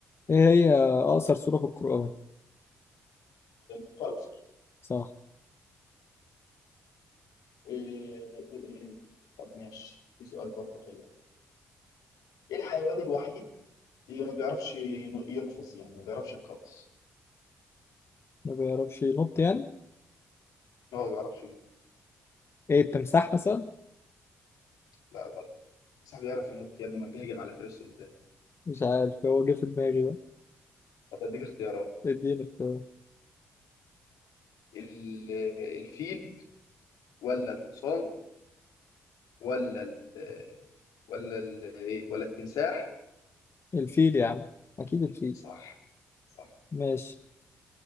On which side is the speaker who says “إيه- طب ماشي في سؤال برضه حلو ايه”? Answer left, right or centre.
Left